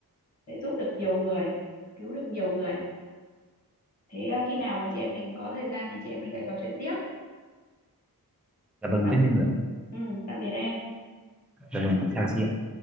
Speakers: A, on the left; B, in the centre.
A: sẽ giúp được nhiều người cứu được nhiều người thế ờ, khi nào mà chị em mình có thời gian thì chị em mình lại trò chuyện tiếp
B: dạ vâng
A: tạm,
B: tất nhiên rồi ạ.
A: ừ, tạm biệt em
B: dạ vâng chào chị ạ